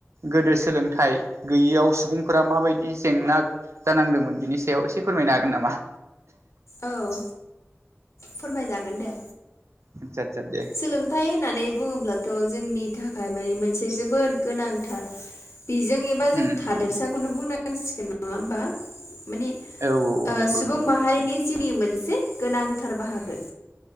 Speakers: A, on the right; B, on the left.
A: गोदो सोलोंथाइ गैयियाव सुबुंफोरा माबायदि जेंना जानांदोंमोन बिनि सायाव एसे फोरमायनो हागोन नामा?
B: औ फोरमायजागोन दे
A: आतसा आतसा दे।
B: सोलोंथाइ होननानै बुङोब्लाथ' जोंनि थाखाय माने मोनसे जोबोद गोनांथार। बेजों एबा जों
A: उम
B: थादोरसाखौनो
A: उम
B: बुंनां सिगोन नङा होमबा माने ओ
A: औ औ नंगौ
B: सुबुं
A: नंगौ निसय
B: माहारिनि जिउनि मोनसे गोनांथार बाहागो।